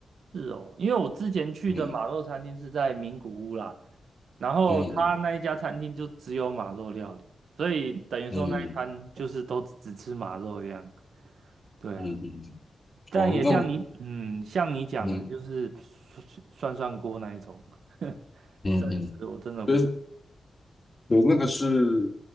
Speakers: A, on the right; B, on the left.
A: 是哦，因为我之前去的马肉餐厅是在名古屋啦，
B: 嗯
A: 然后他那一家餐厅就只有马肉料理，
B: 嗯。嗯
A: 所以等于说那一餐就是都只吃马肉一样。
B: 嗯
A: 对啊，
B: 嗯嗯，嗯，
A: 但也像你，
B: 哦，那
A: 嗯，像你讲的，
B: 嗯
A: 就是涮涮锅那一种，<laughs>
B: 嗯嗯，
A: 生食我真的不敢。
B: 对，以所以那个是